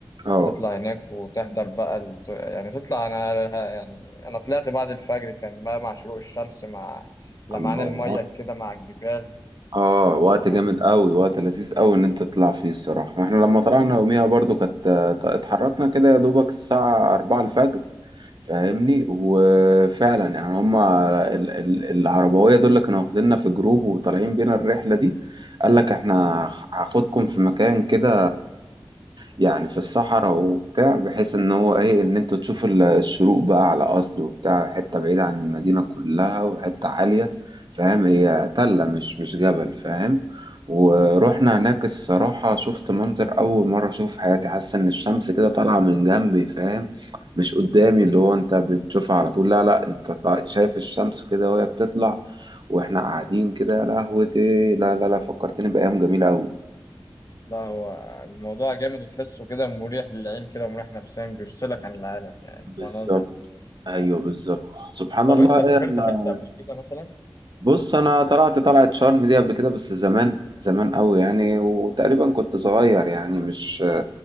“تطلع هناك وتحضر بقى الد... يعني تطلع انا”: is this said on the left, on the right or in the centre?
Left